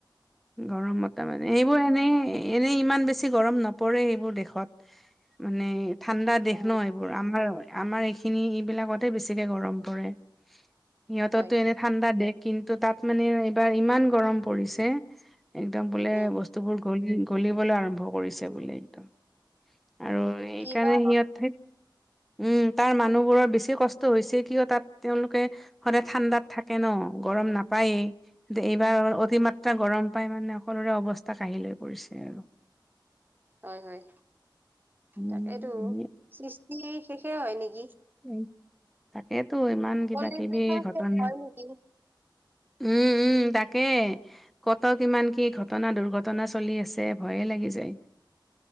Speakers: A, in the centre; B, on the right.
A: গৰমতে মানে। সেইবোৰ এনেই এনেই ইমান বেছি গৰম নপৰে এইবোৰ দেশত মানে ঠাণ্ডা দেশ
B: অ
A: ন এইবোৰ আমাৰ আমাৰ এইখিনি এইবিলাকতে বেছিকে গৰম পৰে। সিহঁতটো
B: হয়
A: এনে ঠাণ্ডা দেশ কিন্তু তাত মানে এইবাৰ ইমান গৰম পৰিছে। একদম বোলে
B: হয়
A: বস্তুবোৰ গলি গলিবলৈ আৰম্ভ কৰিছে বোলে একদম। আৰু এইকাৰণে
B: কিবা
A: সিহঁত উম, তাৰ মানুহবোৰৰ বেছি কষ্ট হৈছে কিয় তাত তেওঁলোকে সদায় ঠাণ্ডাত থাকে ন গৰম নাপায়েই। এইবাৰ অতি মাত্ৰা গৰম পাই মানে সকলোৰে অৱস্থা কঢ়িল হৈ পৰিছে আৰু।
B: হয়, হয়।
A: উম,
B: তাকেটো
A: আমি
B: সৃষ্টি শেষে হয় নেকি!
A: উম, তাকেটো ইমান কিবা
B: কলিৰ
A: কিবি
B: যুগৰ
A: ঘটনা।
B: শেষ হয় নেকি
A: উম, উম তাকে। ক'ত কিমান কি ঘটনা দুৰ্ঘটনা চলি আছে ভয়ে লাগি যায়।